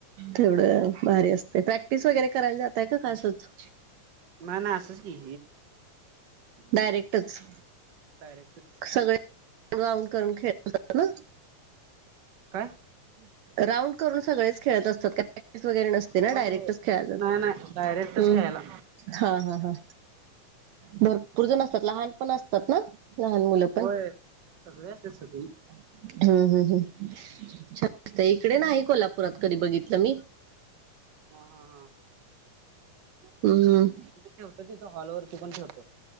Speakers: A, on the right; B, on the right.
A: तेवढ भारी असते प्रॅक्टिस वेगैरे करायला जात का असंच
B: नाही नाही असंच कीे
A: डायरेक्टच
B: डायरेक्ट
A: सगळे राऊंड करून खेळतात ना
B: काय
A: राऊंड करून सगळेच खेळत असतात वगैरे नसते ना
B: हो
A: डायरेक्टच खेळायचाात्
B: नाही नाही डायरेक्टच खेळायला
A: हा ह ह भरपूर जण असतात लहान पण असतात ना लहान मुलं
B: होय
A: पण
B: सगळे अस सगळी
A: हम्म हम् हम् छानत इकडे नाही कोल्हापुरात कधी बघितलं मी
B: ह हा हा
A: हम्
B: े होत तिथ हॉलवररती पण ठेवत